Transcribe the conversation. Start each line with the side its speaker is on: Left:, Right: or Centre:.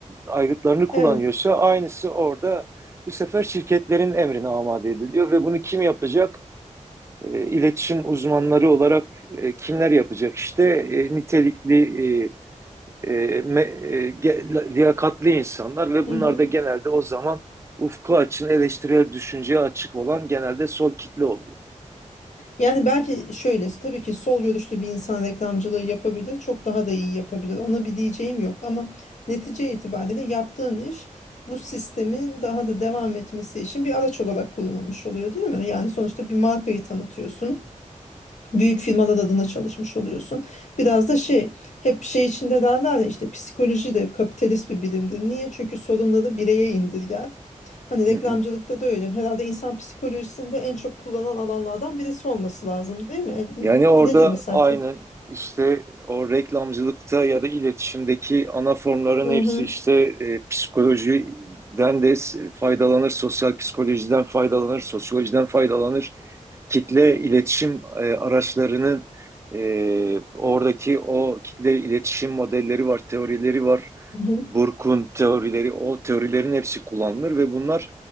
Right: aygıtlarını kullanıyorsa
Left: evet.
Right: aynısı orada bu sefer şirketlerin emrine amade ediliyor ve bunu kim yapacak? E, iletişim uzmanları olarak e, kimler yapacak? İşte e, nitelikli e, e, me- e, ge- liyakatli insanlar ve bunlar
Left: Hı hı.
Right: da genelde o zaman ufku açın, eleştirel düşünceye açık olan genelde sol kitle oluyor.
Left: Yani belki şöyle tabii ki sol görüşlü bir insan reklamcılığı yapabilir. Çok daha da iyi yapabilir. Ona bir diyeceğim yok ama netice itibariyle yaptığın iş bu sistemin daha da devam etmesi için bir araç olarak kullanılmış oluyor değil mi? Yani sonuçta bir markayı tanıtıyorsun. Büyük firmalar adına çalışmış oluyorsun. Biraz da şey, hep şey içinde derler ya işte psikoloji de kapitalist bir bilimdir. Niye? Çünkü sorunları bireye indirger. Hani reklamcılıkta
Right: Hı hı.
Left: da öyle. Herhalde insan psikolojisinde en çok kullanılan alanlardan birisi olması lazım, değil mi? E,
Right: Yani orada
Left: Nedir mesela?
Right: aynen
Left: te-
Right: işte o reklamcılıkta ya da iletişimdeki ana formların
Left: Hı
Right: hepsi
Left: hı.
Right: işte e, psikolojiden de s- faydalanır, sosyal psikolojiden faydalanır, sosyolojiden faydalanır. Kitle iletişim e, araçlarının e, oradaki o kitle iletişim modelleri var, teorileri var.
Left: hı hı.
Right: Burke'un teorileri, o teorilerin hepsi kullanılır ve bunlar